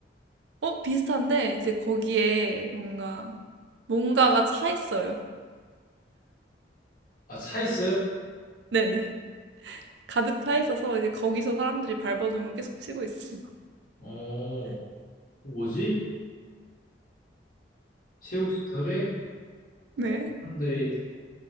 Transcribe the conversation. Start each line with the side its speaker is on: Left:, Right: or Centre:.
Right: 어, 비슷한데 이제 거기에 뭔가 뭔가가 차 있어요.
Left: 아, 차 있어요?
Right: 네네. 가득 차 있어서 이제 거기서 사람들이 발버둥을 계속 치고 있어요.
Left: 어, 뭐지? 체육시설에
Right: 네.
Left: 어, 사람들이